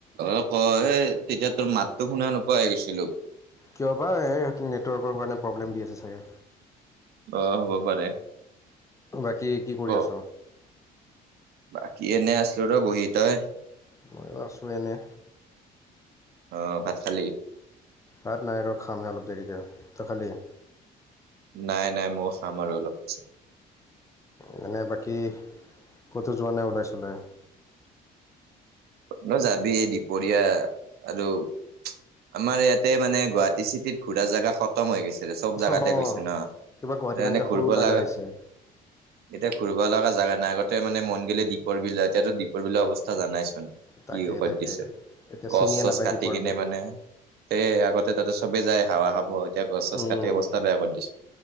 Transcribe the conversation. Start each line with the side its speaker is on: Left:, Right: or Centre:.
Right: অ কয় তেতিয়া তোৰ মাতটো শুনা নোপোৱাই গৈছিলো।
Left: কিয় বা এই নেটৱৰ্কৰ কাৰণে প্ৰব্লেম দি আছে চাগে।
Right: অ হব পাৰে?
Left: বাকী কি কৰি
Right: ক
Left: আছ?
Right: বাকী এনে আছিলো ৰ বহি। তই?
Left: ময়ো আছোঁ এনে।
Right: অহ ভাত খালী?
Left: ভাত নাই ৰ খামহে অলপ দেৰিকে। তই খালি?
Right: নাই নাই মইও খাম বাৰো অলপ পাছত।
Left: মনে বাকী কটো যোৱা নাই ওলাই চোলাই?
Right: ন যাবি এই দিপৰীয়া আৰু আমাৰ ইয়াতে মানে গুৱাহাটী চিটিত ঘুৰা জোগা খতম হৈ গৈছে। চব জোগাতে
Left: অঁ
Right: গৈছে ন
Left: কিবা গুৱাহাটীখন এতিয়া
Right: ঘূৰিব
Left: সৰু
Right: লগা
Left: হৈছে
Right: এতিয়া ঘুৰিব লগা জগা নাই, আগতে মানে মন গিলে দীপৰবিল যা, এটিয়াতো দীপৰ বিলৰ অৱস্থা জানাই। কি
Left: তাকে
Right: ঔষত
Left: তাকে
Right: দিছে
Left: এতিয়া
Right: গছ
Left: চিনিয়ে
Right: চছ
Left: নাপায়
Right: কাটি
Left: দীপৰ
Right: কিনে
Left: বিল
Right: মানে তে আগতে তাতে চবেই যায় হাৱা খাব এতিয়া গছ চছ
Left: উম
Right: কাটি অৱস্থা বেয়া কৰি দিছে।